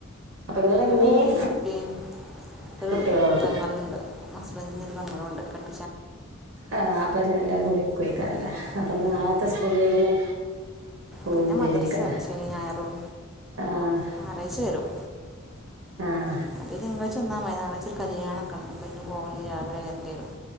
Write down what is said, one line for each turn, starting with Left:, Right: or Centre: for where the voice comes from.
Right: അപ്പൊ ഇങ്ങള്
Centre: നിങ്ങളടെ
Right: ഇമ്മീം
Centre: അമ്മപ്പും ഒരു
Right: കുട്ടികളോള്ളൂ
Centre: പെങ്ങളുണ്ട് അസ്ബന്്രുതങ്ങളും ഉണ്ട് കട്ട
Right: ആ അപ്പൊ എല്ലാരും കൂടി നിക്കുംഏയ്ക്കുരാല്ലേ
Centre: ഉം.
Right: അപ്പൊ
Centre: ഉം,
Right: നാളെത്തെ
Centre: ഉം.
Right: സ്കൂൾ ലീവിന് പോവും
Centre: പിന്നെ മദ്രസ
Right: ചെയ്യേക്കാരം
Centre: അല്ലേ ശനി ഞായറും
Right: ആഹ്
Centre: ഞായറാഴ്ച്ച വരും
Right: ആഹ്
Centre: അല്ല തിങ്കാഴ്ച്ച വന്നാ മതി ഞായറാഴ്ചഒരു കല്യാണം ഒക്ക ഉണ്ട് അപ്പം അയിന് പോകണങ്കില് രാവിലെ വരണ്ടി വരും